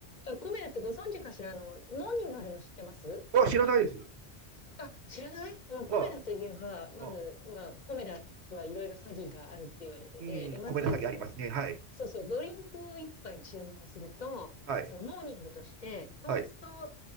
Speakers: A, on the left; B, on the right.
A: あ、コメダってご存知かしらあの、何があるの知ってます
B: <laughs> あ、知らないです。
A: あ、知らないもうコメダといえば、
B: は
A: まず、
B: あ、
A: まあ、コメダはいろいろ詐欺があるって言われてて、
B: うん、
A: で、まず、
B: 米の先ありますね。
A: その、
B: はい。
A: そうそう、ドリンクを一杯注文すると、
B: はい。
A: そのモーニングとして、トースト、
B: はい。